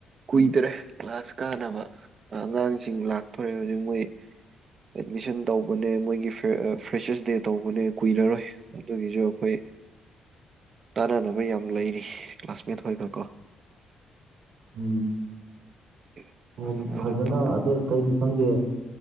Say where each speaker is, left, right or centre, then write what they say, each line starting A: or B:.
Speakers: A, on the right; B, on the right.
A: ꯀꯨꯏꯗꯔꯦ ꯀ꯭ꯂꯥꯁ ꯀꯥꯅꯕ ꯑꯉꯥꯡꯁꯤꯡ ꯂꯥꯛꯇꯣꯔꯦ ꯍꯧꯖꯤꯛ ꯃꯣꯏ ꯑꯦꯠꯃꯤꯁꯟ ꯇꯧꯕꯅꯦ ꯃꯣꯏꯒꯤ ꯒꯤ ꯐꯔ ꯑ ꯐ꯭ꯔꯦꯁꯔꯁ ꯗꯦ ꯇꯧꯕꯅꯦ ꯀꯨꯏꯔꯔꯣꯏ ꯑꯗꯨꯒꯤꯁꯨ ꯑꯈꯣꯏ꯫ ꯇꯥꯅꯅꯕ ꯌꯥꯝ ꯂꯩꯔꯤ ꯀ꯭ꯂꯥꯁꯃꯦꯠ ꯍꯣꯏꯒꯀꯣ꯫
B: ꯎꯝ
A: <inaudible>
B: ꯑꯣ ꯐꯖꯅ
A: ꯇꯧꯅꯕ
B: ꯑꯇꯩ ꯑꯇꯩꯗꯤ ꯈꯪꯗꯦ